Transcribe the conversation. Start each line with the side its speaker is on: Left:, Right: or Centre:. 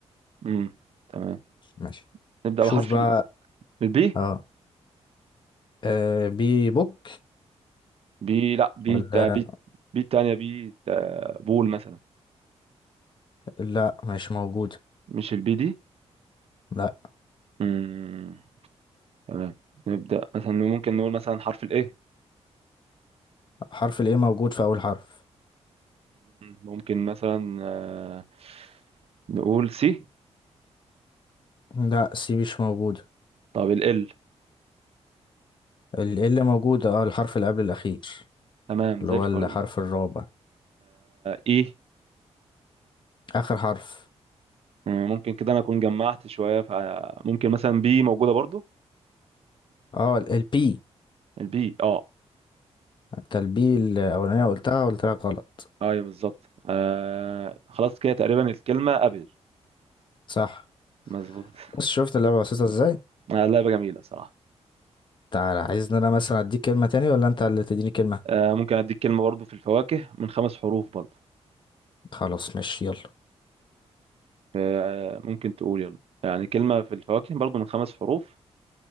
Right: مم. تمام
Left: ماشي
Right: نبدأ
Left: شوف
Right: بحرف
Left: بقى
Right: ال- البي
Left: اه, آه بي بوك
Right: بي لا بي
Left: ولا
Right: تا بي بي التانية بي تا بول مثلا
Left: لا مش موجود
Right: مش البي دي
Left: لا
Right: مم. تمام نبدأ مثلا ممكن نقول مثلا حرف الايه
Left: حرف الايه موجود في اول حرف
Right: ممكن مثلا آه، نقول سي
Left: لا سي مش موجود
Right: طب ال
Left: ال اللي موجودة اه الحرف اللي قبل الأخير
Right: تمام
Left: اللي
Right: زي
Left: هو
Right: الفل
Left: الحرف الرابع
Right: اي
Left: آخر حرف
Right: ممكن كده انا اكون جمعت شوية فممكن مثلا بي موجودة برضو
Left: اه ال البي
Right: البي اه
Left: انت البي الأولانية قلتها قلت لك غلط
Right: ايوه بالظبط آه خلاص كده تقريبا الكلمة قبل
Left: صح
Right: مظبوط <laughs>
Left: بص شفت اللعبة بسيطة ازاي
Right: آه لعبة جميلة صراحة
Left: تعالى عايزني انا مثلا اديك كلمة تاني ولا انت اللي تديني كلمة
Right: آه ممكن اديك كلمة برضو في الفواكه من خمس حروف برضو
Left: خلاص ماشي يلا
Right: آه ممكن تقول يلا يعني كلمة في الفواكه برضو من خمس حروف